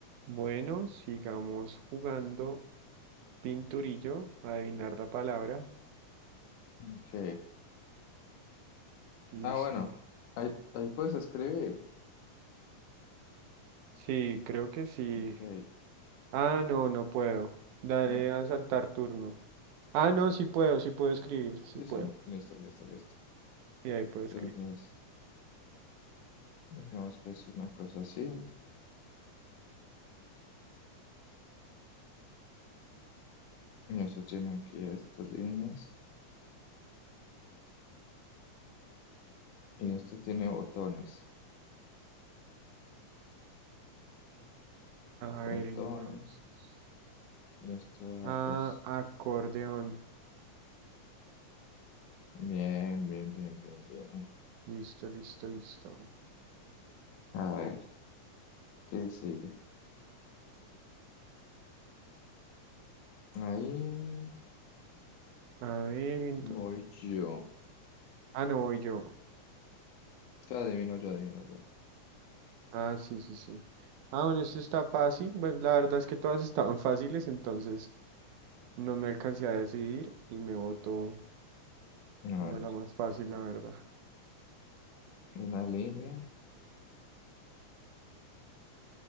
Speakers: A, on the right; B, on the left.
A: Bueno, sigamos jugando pinturillo, adivinar la palabra.
B: Ok.
A: Listo.
B: Ah, bueno, ahí, ahí puedes escribir.
A: Sí, creo que sí.
B: Ok.
A: Ah, no, no puedo. Dale
B: No.
A: a saltar turno. Ah, no, sí puedo, sí puedo escribir, sí
B: Sí,
A: puedo.
B: sí. Listo, listo, listo.
A: Y ahí puedo escribir.
B: Entonces, digamos que es una cosa así. Y eso tiene aquí estas líneas. Y esto tiene botones.
A: A ver,
B: Botones.
A: entonces.
B: Y esto da,
A: Ah,
B: pues,
A: acordeón.
B: bien, bien, bien, bien, bien.
A: Listo, listo, listo.
B: A ver, ¿qué sigue? Ahí
A: A ver, entonces.
B: voy yo.
A: Ah, no, voy yo.
B: Ya adivino yo, adivino yo.
A: Ah, sí, sí, sí. Ah, bueno, esto está fácil. Bueno, la verdad es que todas <laughs> estaban fáciles, entonces No me alcancé a decidir y me votó
B: A ver,
A: como la más fácil, la verdad.
B: una línea.